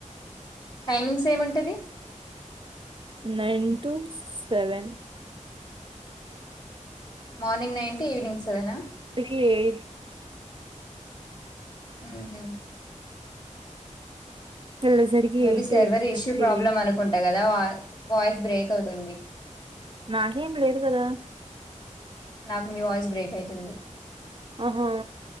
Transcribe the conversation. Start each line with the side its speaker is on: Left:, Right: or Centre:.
Left: టైమింగ్స్ ఏమింటది
Right: nine to seven
Left: morning nine evening సెవెనా
Right: ఇయి
Left: హ హ
Right: వెళ్ళేసరికి
Left: maybe
Right: eight
Left: server
Right: eight
Left: issue
Right: thirty
Left: problem అనుకుంటా కదా వా వాయిస్ బ్రేక్ అవుతుంది
Right: నాకేం లేదు కదా
Left: నాకు మీ వాయిస్ బ్రేక్ అయితుంది
Right: ఆహా